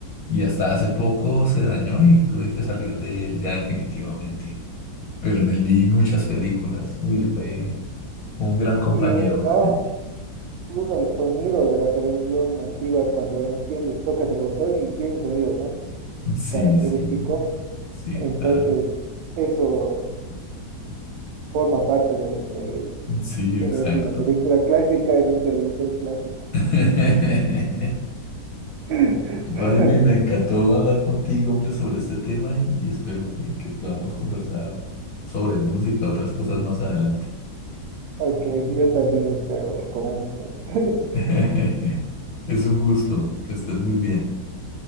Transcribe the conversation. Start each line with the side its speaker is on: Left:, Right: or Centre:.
Left: Y hasta hace poco se dañó y tuve que salir de él ya definitivamente. Pero en él vi muchas películas. Uy, fue un gran compañero.
Right: y es, ¿no?
Left: <laughs>
Right: Incluso el sonido de la televisión antigua, cuando la enciendes, tocas el botón y tiene un sonido, ¿no?
Left: Sí,
Right: Característico.
Left: sí, sí,
Right: Entonces,
Left: claro.
Right: eso forma parte de la experiencia,
Left: Sí,
Right: de
Left: exacto.
Right: verte una película clásica en un televisor clásico.
Left: <laughs>
Right: <laughs>
Left: Raimi, me encantó hablar contigo, hombre, sobre este tema y, y espero que, que podamos conversar sobre música, otras cosas más adelante.
Right: Ok, yo también espero, con ansias. <laughs>
Left: <laughs> Es un gusto, que estés muy bien.